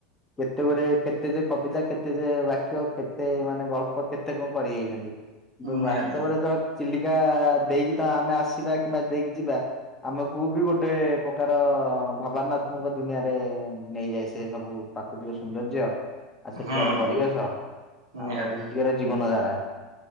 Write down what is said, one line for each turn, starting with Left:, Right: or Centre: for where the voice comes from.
Left: କେତେ ଗୁଡେ କେତେ ଯେ କବିତା କେତେ ଯେ ବାକ୍ୟ କେତେ ମାନେ ଗଳ୍ପ କେତେ କଣ କରି ଯାଇଛନ୍ତି। ବାସ୍ତବରେ
Right: ନିହାତି
Left: ତ ଚିଲିକା ଦେଇକି ତ ଆମେ ଆସିବା କିମ୍ବା ଦେଇକି ଯିବା ଆମକୁ ବି ଗୋଟେ ପ୍ରକାର ଭାବନାତ୍ମକ ଦୁନିଆରେ ନେଇଯାଏ ସେ ସବୁ ପ୍ରାକୃତିକ ସୌନ୍ଦର୍ଯ୍ୟ ଆଉ ସେଠିକାର
Right: ହଁ ହଁ
Left: ପରିବେଶ ଆଉ
Right: ନିହାତି
Left: ସେଠିକାର ଜୀବନ ଧାରା